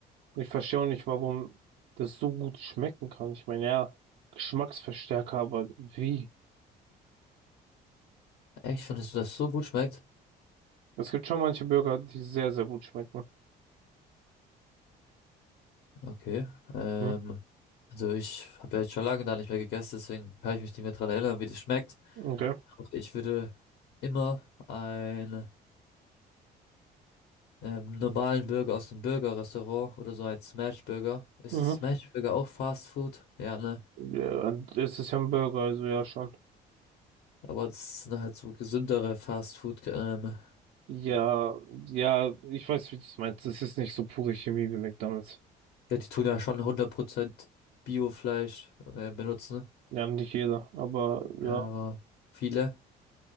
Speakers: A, on the right; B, on the left.
A: Und ich verstehe auch nicht, warum das so gut schmecken kann. Ich meine, ja, Geschmacksverstärker, aber wie?
B: Echt? Findest du, dass es so gut schmeckt?
A: Es gibt schon manche Burger, die sehr, sehr gut schmecken.
B: Okay. Ähm,
A: Hm.
B: also ich habe ja jetzt schon lange da nicht mehr gegessen, deswegen kann ich mich nicht mehr dran erinnern, wie das schmeckt.
A: Okay.
B: Aber ich würde immer einen ähm, normalen Burger aus dem Burger-Restaurant oder so ein Smash-Burger. Ist
A: Mhm.
B: Smash-Burger auch Fast Food? Ja, ne?
A: Ja, und es ist ja ein Burger, also ja schon.
B: Aber das sind halt so gesündere Fast Food-Ketten.
A: Ja, ja, ich weiß, wie du es meinst. Es ist nicht so pure Chemie wie McDonald's.
B: ja, die tun ja schon hundert Prozent Biofleisch äh, benutzen.
A: Ja, nicht jeder, aber
B: Ja,
A: ja.
B: aber viele.